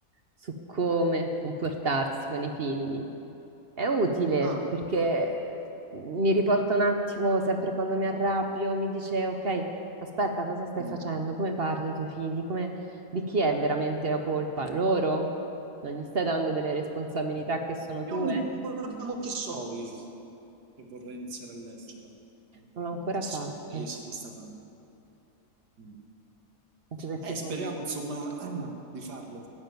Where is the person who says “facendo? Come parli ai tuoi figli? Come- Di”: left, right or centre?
Right